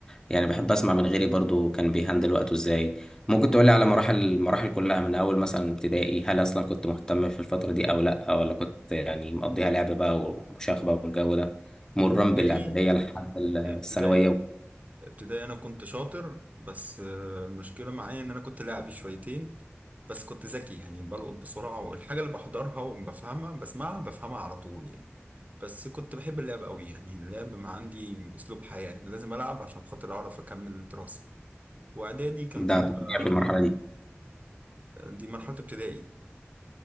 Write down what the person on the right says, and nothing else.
ابتدائي
ابتدائي ابتدائي انا كنت شاطر بس آه، المشكله معايا ان انا كنت لاعبي شويتين بس كنت ذكي يعني بلقط بسرعه والحاجه اللي بحضرها وبفهمها بسمعها بفهمها على طول يعني بس كنت بحب اللعب قوي يعني اللعب ما عندي اسلوب حياه لازم العب عشان خاطر اعرف اكمل الدراسه واعدادي كان
فيها
آه،
دي مرحله ابتدائي